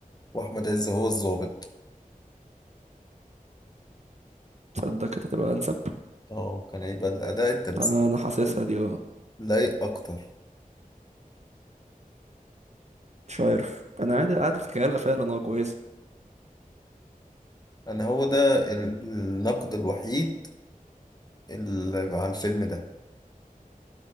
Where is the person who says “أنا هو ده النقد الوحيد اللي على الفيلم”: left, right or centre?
Left